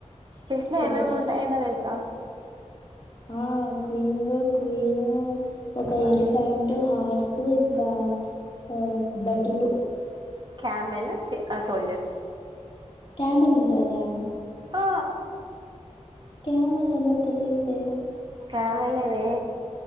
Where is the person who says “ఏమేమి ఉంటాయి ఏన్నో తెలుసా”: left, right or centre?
Right